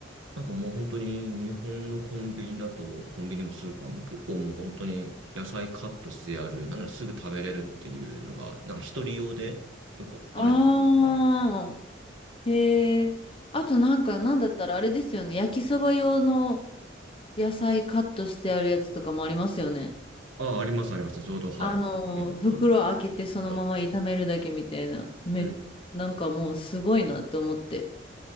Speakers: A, on the right; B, on the left.
A: なんかもう本当に日本のコンビニだと、コンビニもスーパーも結構もう本当に野菜カットしてある、なんならすぐ食べれるっていうのが、なんか一人用でよくあるじゃないですか。
B: ああ、へえ。あとなんか、なんだったらあれですよね。焼きそば用の野菜カットしてあるやつとかもありますよね。
A: ああ、ありますあります。ちょうどはい。
B: あのー、
A: ネギ、
B: 袋開けてそのまま炒めるだけみたいな。
A: プランです。
B: め、
A: うん。
B: なんかもうすごいなって思って。